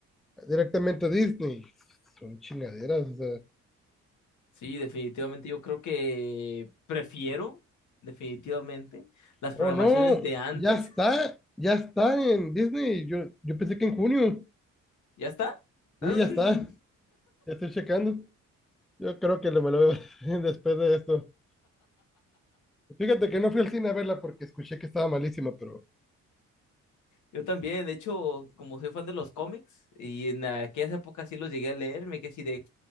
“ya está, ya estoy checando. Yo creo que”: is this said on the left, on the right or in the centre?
Centre